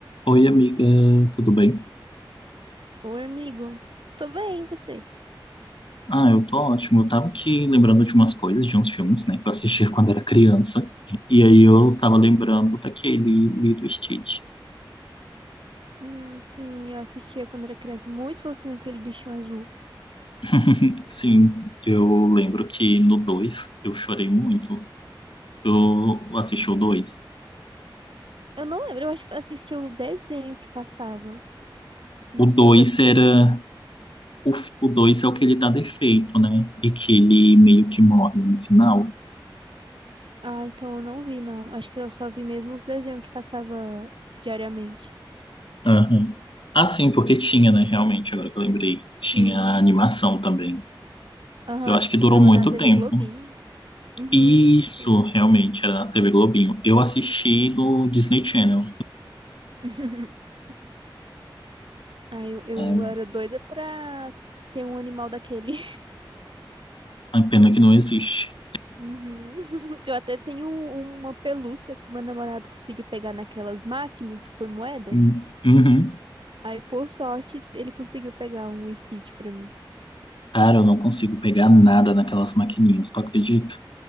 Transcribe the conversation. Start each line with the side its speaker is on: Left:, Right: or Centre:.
Left: Oi, amiga, tudo bem?
Right: Oi, amigo. Tô bem, e você?
Left: Ah, eu tô ótimo. Eu tava aqui lembrando de umas coisas, de uns filmes, né, que eu assistia <laughs> quando era criança. E aí eu
Right: <laughs>
Left: tava lembrando daquele Lilo e Stitch.
Right: Hum, sim, eu assistia quando era criança. Muito fofinho aquele bichinho azul.
Left: <laughs> Sim, eu lembro que no 2 eu chorei muito. Eu assisti o 2.
Right: Eu não lembro, eu acho que eu assisti o desenho que passava. Não
Left: O dois
Right: sei se eu assisti
Left: era.
Right: os filmes.
Left: O, o 2 é o que ele dá defeito, né? E que ele meio que morre no final.
Right: Ah, então eu não vi, não. Acho que eu só vi mesmo os desenhos que passava diariamente.
Left: Aham. Ah, sim, porque tinha, né? Realmente, agora que eu lembrei. Tinha
Right: Tinha.
Left: a animação também.
Right: Aham,
Left: Eu acho
Right: acho
Left: que
Right: que passava
Left: durou muito
Right: na TV
Left: tempo.
Right: Globinho. Uhum,
Left: Isso,
Right: sim.
Left: realmente, era na TV Globinho. Eu assisti no Disney Channel.
Right: <laughs> Ah, eu, eu
Left: né?
Right: era doida pra ter um animal daquele.
Left: A pena que não existe.
Right: Uhum. <laughs> Eu até tenho uma pelúcia que meu namorado conseguiu pegar naquelas máquinas que põe moeda.
Left: Hum, Uhum.
Right: Aí, por sorte, ele conseguiu pegar um Stitch pra mim.
Left: Cara, eu não consigo pegar nada naquelas maquininhas, tu acredita?